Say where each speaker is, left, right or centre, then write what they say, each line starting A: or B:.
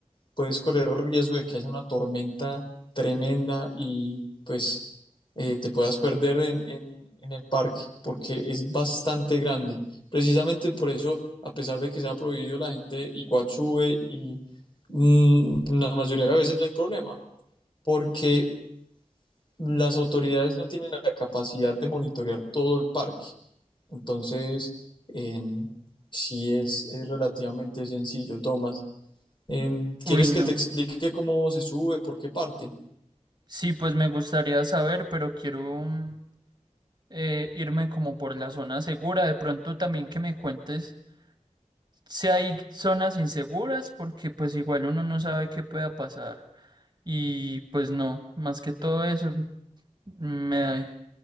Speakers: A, on the left; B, on the right.
A: puedes correr el riesgo de que haya una tormenta tremenda y pues eh, te puedas perder en, en, en el parque, porque es bastante grande. Precisamente por eso, a pesar de que se ha prohibido, la gente igual sube y mm, la mayoría de veces no hay problema, porque las autoridades no tienen la capacidad de monitorear todo el parque. Entonces, eh, sí es, es relativamente sencillo, Tomás. Eh,
B: Uy,
A: ¿quieres
B: no.
A: que te explique cómo se sube, por qué parte?
B: Sí, pues me gustaría saber, pero quiero mm, eh, irme como por la zona segura. De pronto también que me cuentes. si hay zonas inseguras, porque pues igual uno no sabe qué pueda pasar. Y pues no, más que todo eso, me,